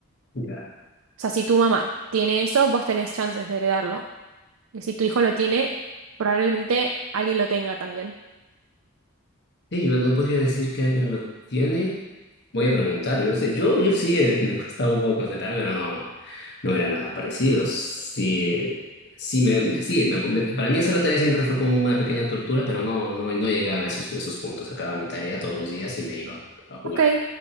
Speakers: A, on the left; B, on the right.
A: Ya.
B: O sea, si tu mamá tiene eso, vos tenés chances de heredarlo. Y si tu hijo lo tiene, probablemente alguien lo tenga también.
A: Sí, yo no podría decir que alguien lo tiene. Voy a preguntar. Yo sé, yo, yo sí eh, <laughs> me costaba un poco concentrarme, pero no, no era nada parecido. Sí, sí, me, sí me- me- para mí hacer la tarea siempre fue como una pequeña tortura, pero no, no, no llegaba a esos, esos puntos. Acababa mi tarea todos los días y me iba a jugar.
B: Ok.